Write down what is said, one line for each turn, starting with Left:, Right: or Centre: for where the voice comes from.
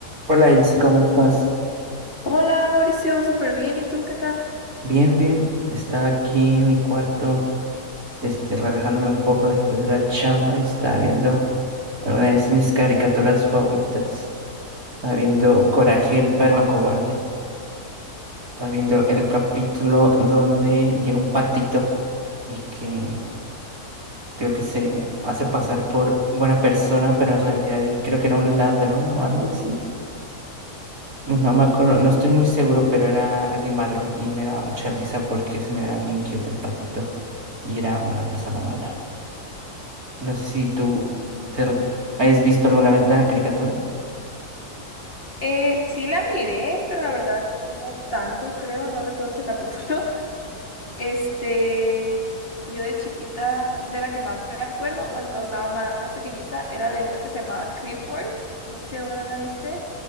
Right: Hola Ilse, ¿cómo estás?
Left: Hola Mauricio, súper bien. ¿Y tú qué tal?
Right: Bien, bien. Estaba aquí en mi cuarto, este, relajándome un poco después de la chamba y estaba viendo algunas de mis caricaturas favoritas. Estaba viendo Coraje, el perro cobarde. Estaba viendo el capítulo donde llega un patito y que creo que se hace pasar por buena persona, pero en realidad creo que era un ladrón o algo así. No
Left: Mm,
Right: me acuerdo, no estoy muy seguro, pero era alguien malo y me daba mucha risa porque se me era bien cute el patito y era una persona mala. No sé si tú
Left: mm.
Right: te, hayas visto alguna vez la caricatura.
Left: Eh, sí la miré, pero la verdad no tanto, creo, no recuerdo ese capítulo. <laughs> Este, yo de chiquita, de la que más me acuerdo, bueno, cuando estaba más pequeñita, era de una que se llamaba Clifford, no sé si alguna vez la viste,